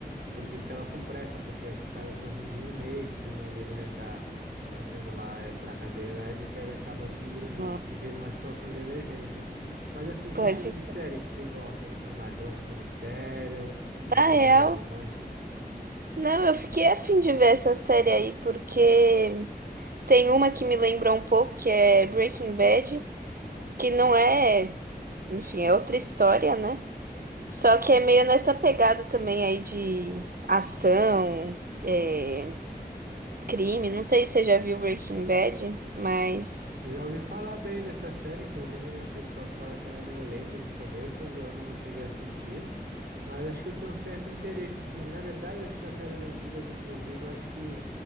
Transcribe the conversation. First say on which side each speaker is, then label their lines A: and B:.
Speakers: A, on the right; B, on the right.
A: porque ele tava com pressa, porque acho que tava em torno de um mês pro irmão dele, né, tá, tá sendo lá eh, pra cadeira elétrica, ele acaba que
B: nossa.
A: se vê numa situação de emergência. Mas assim, que
B: Pode.
A: estilo de série que você gosta, assim, mais? Você gosta de um mistério, uma
B: Na
A: série
B: real,
A: mais romântica?
B: não, eu fiquei a fim de ver essa série aí, porque tem uma que me lembra um pouco, que é Breaking Bad, que não é, enfim, é outra história, né? Só que é meio nessa pegada também aí de ação, é, crime. Não sei se você já viu Breaking Bad, mas
A: Eu já ouvi falar bem dessa série, inclusive, né, o pessoal fala que ela é meio lenta de começo, eu não cheguei a assistir. Mas acho que eu tenho um certo interesse, sim. Na verdade, acho que as séries antigas, inclusive, eu acho que